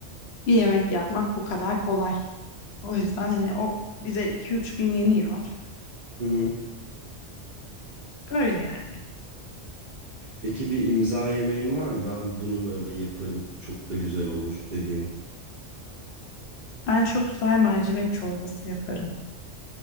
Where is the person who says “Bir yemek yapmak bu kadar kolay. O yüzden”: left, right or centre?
Left